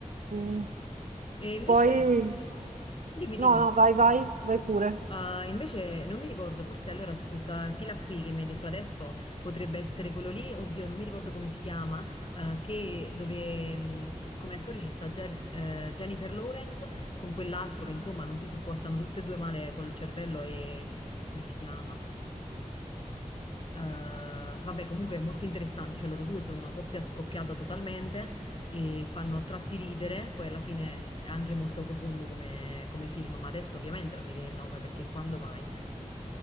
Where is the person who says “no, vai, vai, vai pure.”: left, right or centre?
Right